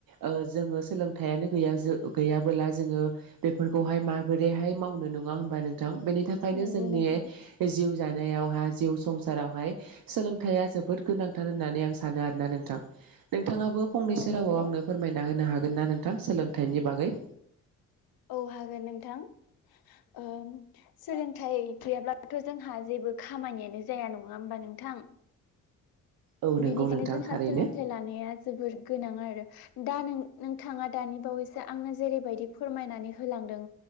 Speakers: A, on the right; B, on the left.
A: ओ जोङो सोलोंथाइयानो गैया गैयाबोला जोङो बेफोर खौहाय माबोरैहाय मावनो नङा होनबा नोंथां। बेनि थाखायनो
B: नंगौ
A: जोंनि
B: नोंथां
A: जिउ जानायावहा जिउ संसारावहाय सोलोंथाइआ जोबोद गोनांथार होननानै आं सानो आरोना नोंथां। नोंथाङाबो फंनैसो
B: औ नंगौ
A: रावाव आंनो फोरमायना होनो हागोन ना नोंथां सोलोंथाइनि बागै?
B: औ हागोन नोंथां। ओम सोलोंथाइ गैयाब्लाथ' जोंहा जेबो खामानियानो जाया नङा होमबा नोंथां?
A: औ नंगौ
B: बेनिखायनो
A: नोंथां
B: जोंहा
A: थारैनो
B: सोलोंथाइ लानाया जोबोर गोनां आरो। दा नों नोंथाङा दानि बावैसो आंनो जेरैबायदि फोरमायनानै होलांदों